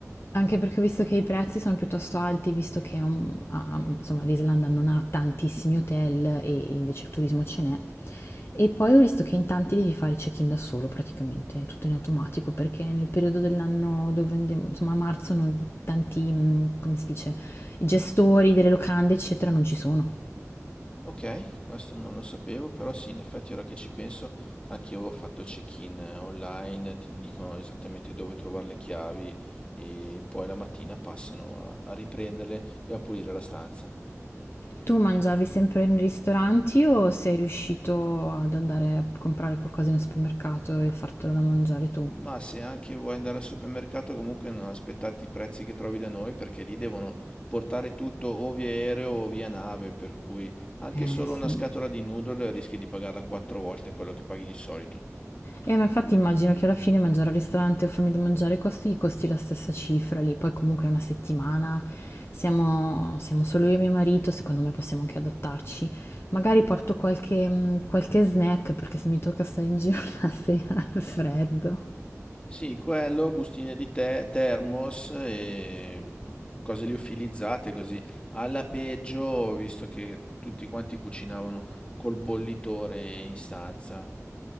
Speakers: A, on the left; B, on the left.
A: Anche perché ho visto che i prezzi sono piuttosto alti, visto che um, a- a- insomma, l'Islanda non ha tantissimi hotel e invece il turismo ce n'è. E poi ho visto che in tanti devi fare il check-in da solo praticamente, tutto in automatico, perché nel periodo dell'anno dove andiamo, insomma a marzo, non- tanti, mm, come si dice, gestori delle locande, eccetera, non ci sono.
B: Ok, questo non lo sapevo, però sì, in effetti ora che ci penso, anche io avevo fatto check-in online, ti dicono esattamente dove trovare le chiavi e poi la mattina passano a, a riprenderle e a pulire la stanza.
A: Tu mangiavi sempre in ristoranti o sei riuscito ad andare a comprare qualcosa in un supermercato e fartelo da mangiare tu?
B: Ma se anche vuoi andare al supermercato, comunque non aspettarti i prezzi che trovi da noi, perché lì devono portare tutto o via aereo o via nave, per cui anche
A: Eh
B: solo
A: sì.
B: una scatola di noodle rischi di pagarla quattro volte quello che paghi di solito.
A: E ma infatti immagino che alla fine mangiare al ristorante o farmi da mangiare costi, gli costi la stessa cifra lì, poi comunque è una settimana, siamo, siamo solo io e mio marito, secondo me possiamo anche adattarci. Magari porto qualche, mm, qualche snack perché se mi tocca stare in giro <laughs> la sera al freddo.
B: Sì, quello, bustine di tè, thermos e cose liofilizzate così. Alla peggio, ho visto che tutti quanti cucinavano col bollitore in stanza.